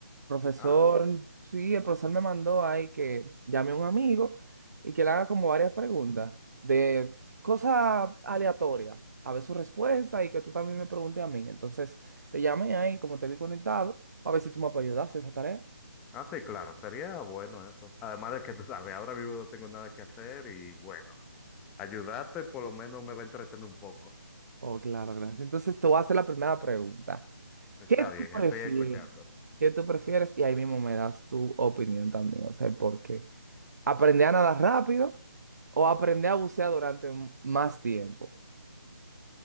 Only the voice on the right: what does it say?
Profesor,
sí, el profesor me mandó ahí que llame a un amigo y que le haga como varias preguntas de cosas aleatorias, a ver su respuesta y que tú también me preguntes a mí. Entonces, te llamé ahí, como te vi conectado, a ver si tú me puedes ayudar a hacer esa tarea.
Oh, claro, gracias. Entonces, te voy a hacer la primera pregunta.
¿Qué
tú prefieres?
¿Qué tú prefieres? Y ahí mismo me das tu opinión también, o sea, ¿por qué? ¿Aprender a nadar rápido o aprender a bucear durante m- más tiempo?